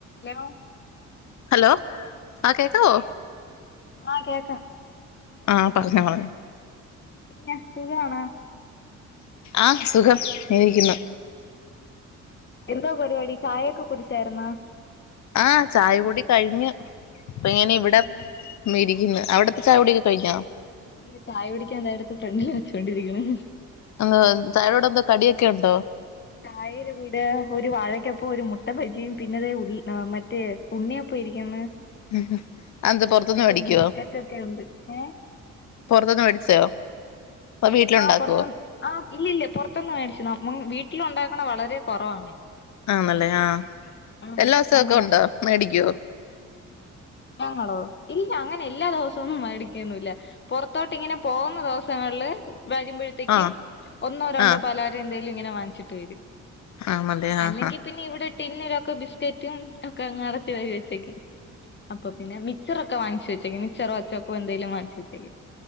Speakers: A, on the left (about 35°); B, on the left (about 65°).
A: ലോ
B: ഹലോ ആഹ് കേൾക്കാമോ
A: ആഹ് കേക്കാം
B: ആഹ് പറഞ്ഞോ പറഞ്ഞോ
A: പിന്നെ സുഖണോ
B: ആഹ് സുഖം ഇങ്ങനിരിക്കുന്നു
A: എന്താ പരിപാടി ചായയൊക്കെ കുടിച്ചായിരുന്നോ
B: ആ ചായ കുടി കഴിഞ്ഞു പയനവിടെ
A: ആഹാ
B: മേരി ന്നു അവിടത്തെ ചായ കുടിയൊക്കെ കഴിഞ്ഞോ?
A: ഇല്ല ചായ കുടിക്കാൻ ഇതാ എടുത്ത് ഫ്രണ്ടില് വെച്ചൊണ്ടിരിക്ക്ണ്
B: ആ ചായെടെ കൂടെ എന്തോ കടിയൊക്കെ ഉണ്ടോ?
A: ചായയുടെ കൂടെ ഒരു വാഴക്കപ്പവും ഒരു മുട്ടബജിയും പിന്നെതെ ഉള് മറ്റേ ഉണ്ണിയപ്പോ ഇരിക്കിന്ന്
B: ഉം ഉം അതെന്ത് പൊറത്ത്ന്ന് മേടിക്കുവോ
A: ബിസ്ക്കറ്റ് ഒക്കെ ഉണ്ട് ഏഹ്
B: പൊറത്ത്ന്ന് മേടിച്ചോ അതോ വീട്ടിലുണ്ടാക്കുവോ
A: ആ പുറത്ത്ന്ന് ആ ഇല്ല ഇല്ല പൊറത്തൊന്ന മേടിച്ചണം വീട്ട വീട്ടിലുണ്ടാക്കണ വളരെ കുറവാണ്
B: ആണല്ലേ ആ
A: ആഹ്
B: എല്ലാ സൊക്കെ
A: അങ്ങനെ
B: ഉണ്ടാ മേടിക്കോ?
A: ഞങ്ങളോ ഇല്ല അങ്ങനെ എല്ലാ ദിവസൊന്നും മേടിക്കൊന്നുല്ല പൊറത്തോട്ട് ഇങ്ങനെ പോകുന്ന ദിവസങ്ങളില് വരുമ്പഴത്തേക്ക്
B: ആഹ്
A: ഒന്നോ രണ്ടോ
B: ആഹ്
A: പലഹാരം എന്തേ ഇങ്ങനെ വാങ്ങിച്ചിട്ട് വരും
B: ആന്നല്ലേ
A: അല്ലെങ്കിൽ
B: ആഹ് ആഹ്
A: പിന്നെ ഇവിടെ പിന്നരൊക്കെ ബിസ്കറ്റും ഒക്കെ അടച്ച വരി വെച്ചേക്ക അപ്പൊ പിന്നെ മിച്ചറൊ വാങ്ങിച്ചു വെച്ചേക്കും മിച്ചർ അച്ചപ്പോ എന്തേലും വാങ്ങിച്ചു വച്ചേക്കും